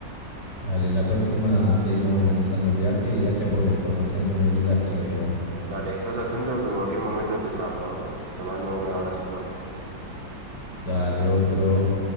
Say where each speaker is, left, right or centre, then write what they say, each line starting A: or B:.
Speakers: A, on the left (about 60°); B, on the right (about 80°).
A: Dale, en la próxima seguimos organizando el viaje y gracias por la información que me brindaste, amigo.
B: Dale, estate atento que en cualquier momento te llamo, ¿eh? Te mando un abrazo fuerte.
A: Dale otro.